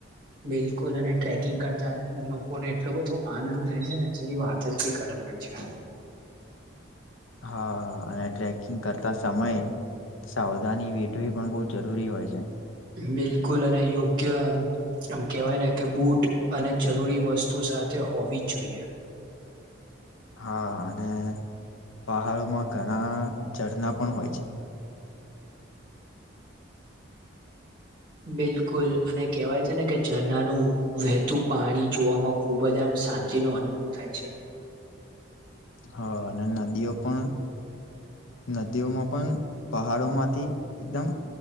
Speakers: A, on the right; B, on the left.
A: બિલકુલ અને ટ્રેકિંગ કરતા અને લોકોને એટલો બધો આનંદ થાય છે ને જેની વાત જ કંઈક અલગ <unintelligible>
B: <inaudible> હા અને ટ્રેકિંગ કરતા સમયે સાવધાની વેઠવી પણ બઉ જરૂરી હોય છે.
A: બિલકુલ અને યોગ્ય આમ કેહવાય ને કે બૂટ અને જરૂરી વસ્તુ સાથે હોવી જ જોઈએ.
B: હા અને પહાડોમાં ઘણા ઝરના પણ હોય છે.
A: બિલકુલ અને કેહવાય છે ને કે ઝરનાનું વહેતું પાણી જોવામાં ખુબ જ આમ શાંતિનો અનુભવ થાય છે.
B: હા અને નદીઓ પણ નદીઓમાં પન પહાડો માંથી એકદમ